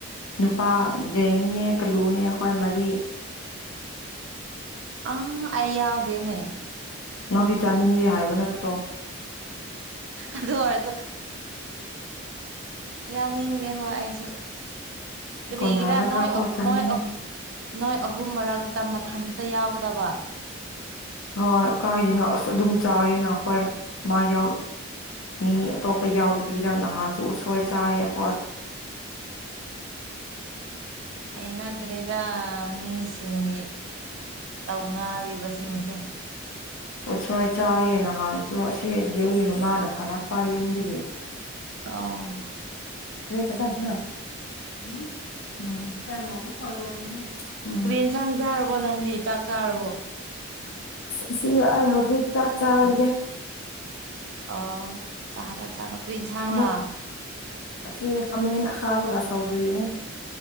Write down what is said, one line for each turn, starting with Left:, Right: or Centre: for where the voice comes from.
Left: ꯅꯨꯄꯥ ꯖꯌꯦꯡꯅꯦ ꯀꯂꯨꯅꯦ ꯑꯩꯈꯣꯏ ꯃꯔꯤ
Right: ꯑ ꯑꯩ ꯌꯥꯎꯗꯦꯅꯦ꯫
Left: ꯅꯪꯗꯤ ꯆꯥꯅꯤꯡꯗꯦ ꯍꯥꯏꯕ ꯅꯠꯇ꯭ꯔꯣ
Right: ꯑꯗꯨ ꯑꯣꯏꯔꯁꯨ ꯌꯥꯎꯅꯤꯡꯗꯦ ꯍꯣꯏ ꯑꯩꯁꯨ ꯀꯔꯤꯒꯤꯔ
Left: ꯀꯣꯟꯅꯒꯗ꯭ꯔꯥ
Right: ꯅꯣꯏ
Left: ꯀꯣ
Right: ꯑꯣ
Left: ꯆꯥꯅꯤꯡꯉꯦ
Right: ꯅꯣꯏ ꯑꯣ ꯅꯣꯏ ꯑꯍꯨꯝ ꯃꯔꯛꯇꯨꯗ ꯃꯊꯟꯇ ꯌꯥꯎꯒꯗꯕ
Left: ꯍꯣꯏ ꯀꯥꯏꯗꯅꯣ ꯑꯁ ꯑꯗꯨꯝ ꯆꯥꯏꯌꯦꯅ ꯑꯩꯈꯣꯏ ꯃꯥ ꯌꯥꯎ ꯃꯤ ꯑꯇꯣꯞꯄ ꯌꯥꯎꯗꯕꯤꯗ ꯅꯍꯥꯟꯁꯨ ꯎꯠꯁꯣꯏ ꯆꯥꯏꯌꯦ ꯑꯩꯈꯣꯢ
Right: ꯍꯩꯅꯗ꯭ꯔꯦꯗ ꯃꯤꯁꯤꯡꯒꯤ ꯇꯧꯅꯔꯤꯕꯁꯤꯡꯁꯦ
Left: ꯎꯠꯁꯣꯏ ꯆꯥꯏꯌꯦ ꯅꯍꯥꯟꯁꯨ ꯑꯁꯤ ꯗꯔ꯭ꯤ ꯎꯒꯤ ꯃꯃꯥꯅ ꯊꯥꯔꯛꯄ ꯌꯨꯝꯗꯒꯤ
Right: ꯑꯣ
Left: <unintelligible>
Right: ꯀ꯭ꯔꯤ ꯍꯦꯟꯁꯥꯡ ꯆꯥꯔꯕꯣ ꯅꯪꯗꯤ ꯆꯥꯛ ꯆꯥꯔꯕꯣ
Left: ꯑꯁꯤ ꯑꯩ ꯍꯧꯖꯤꯛ ꯆꯥꯛ ꯆꯥꯔꯒꯦ
Right: ꯑꯣ ꯆꯥꯔꯣ ꯆꯥꯔꯣ ꯀꯔꯤ ꯍꯦꯟꯁꯥꯡꯔ
Left: ꯑꯃꯨꯛ ꯑꯁꯤ ꯈꯥꯃꯦꯟ ꯑꯈꯥꯕꯒ ꯁꯧꯒ꯭ꯔꯤꯅꯦ